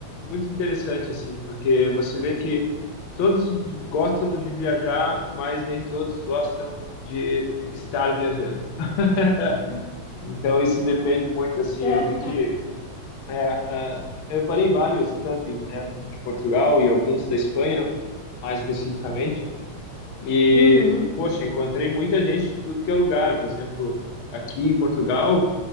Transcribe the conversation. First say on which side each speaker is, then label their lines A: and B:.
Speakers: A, on the left; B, on the left.
A: muito interessante, assim, porque você vê que todos gostam de viajar, mas nem todos gostam de estar viajando. <laughs> Então, isso depende muito, assim,
B: É.
A: eu vi que
B: <laughs>
A: É, ah, eu parei em vários campings, né, de Portugal e alguns da Espanha, mais especificamente. E,
B: Uhum.
A: poxa, encontrei muita gente de tudo que é lugar. Por exemplo, aqui em Portugal